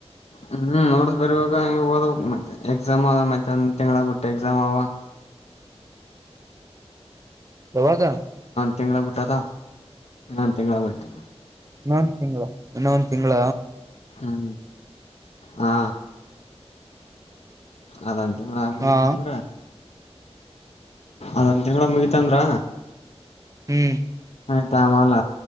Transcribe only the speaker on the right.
ಯಾವಾಗ
ಇನ್ನೊಂದು ತಿಂಗಳ ಇನ್ನೊಂದು ತಿಂಗಳ.
ಹಾ
ಹ್ಮ್